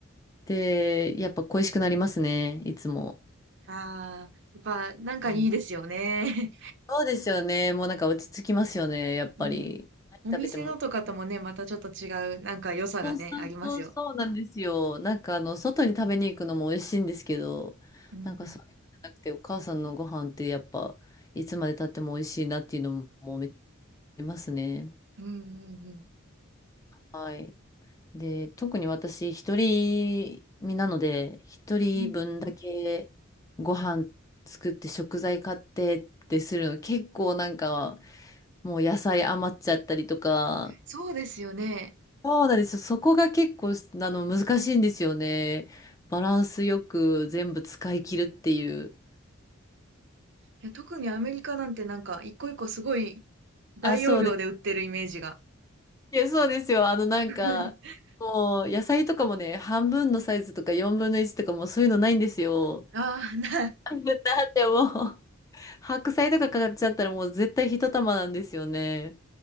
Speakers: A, on the left; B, on the right.
A: で、やっぱ恋しくなりますね、いつも。
B: ああ、やっぱなんかいいですよね。
A: うんそうですよね。もうなんか落ち着きますよね。
B: <laughs>
A: やっぱり。
B: うん。
A: 何食べても。
B: お店のとかともね、またちょっと違う、なんか良さがね、
A: そうそうそうそうなんですよ。
B: ありますよ。
A: なんかあの、外に食べに行くのも美味しいんですけど、
B: うん。
A: なんかそういうのじゃなくて、お母さんのご飯ってやっぱ、いつまで経っても美味しいなっていうのもめっちゃありますね。
B: うんうんうん。
A: はい。で、特に私、一人身なので、一人分だけ
B: うん、
A: ご飯作って食材買ってってするの、結構なんか、もう野菜余っちゃったりとか、
B: そうですよね。
A: そうなんですよ。そこが結構、あの、難しいんですよね。バランスよく全部使い切るっていう。
B: いや、特にアメリカなんてなんか、一個一個すごい大容量で売ってるイメージが。
A: あ、そうです。いや、そうですよ。あの、なんか、
B: <laughs>
A: もう、野菜とかもね、半分のサイズとか4分の1とかもうそういうのないんですよ。
B: ああ、な、
A: <laughs> だってもう、白菜とか買っちゃったらもう絶対一玉なんですよね。